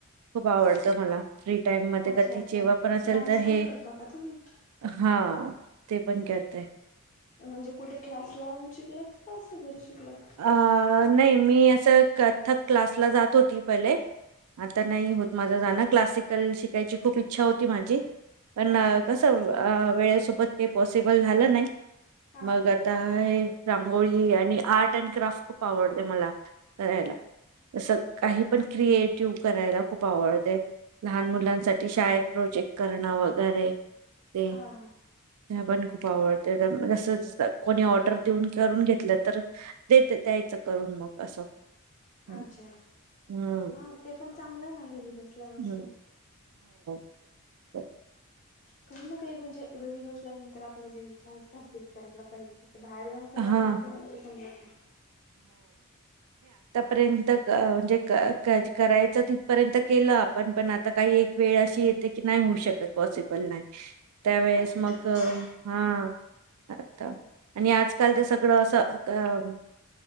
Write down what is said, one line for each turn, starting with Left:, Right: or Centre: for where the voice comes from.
Right: खूप आवडतं मला फ्री टाइम मध्ये
Left: अच्छा
Right: कधी
Left: अच्छा
Right: जेव्हा पण असेल
Left: डान्स
Right: तर हे
Left: पण करता का तुम्ही?
Right: हा ते पण करतेय
Left: म्हणजे कुठे क्लास लावून शिकलात का असं घरी शिकलात?
Right: अ नाही मी असं कथ्थक क्लासला जात होती पहिले आता नाही होत माझे जाणे क्लासिकल शिकायची खूप इच्छा होती माझी पण
Left: अच्छा अच्छा
Right: कस वेळे सोबत पॉसिबल झालं नाही
Left: हा
Right: मग
Left: हा
Right: आता हे रांगोळी आणि आर्ट अँड खूप आवड मला करायला त काही पण क्रिटिव्ह करायला खूप आवडते लहान मुलांसाठी शाळेत प्रोजेक्ट करणं वगैरे ते
Left: हा
Right: आपण खूप आवडते जस कोणी ऑर्डर देऊन करून घेतलं तर देत द्यायचं करून मग असं हम्म
Left: अच्छा अच्छा
Right: हम्म
Left: हा ते पण चांगलं आहे ना घरी बसला बसला
Right: हम्म. <unintelligible>
Left: काही ना काही म्हणजे घरी बसल्यानंतर आपल्याला जे इच्छा असतात ते करायला पाहिजे कसं बाहेर जाऊन सगळ्या
Right: हा
Left: गोष्टी समजत नाही
Right: पर्यंत म्हणजे करायचं तिथपर्यंत केलं आपण पण आता काही एक वेळ अशी किती की नाही होऊ शकत पॉसिबल नाही त्यावेळेस
Left: हा ते
Right: मग
Left: तर आहे
Right: हा आता आणि आजकाल तर सगळं असं अ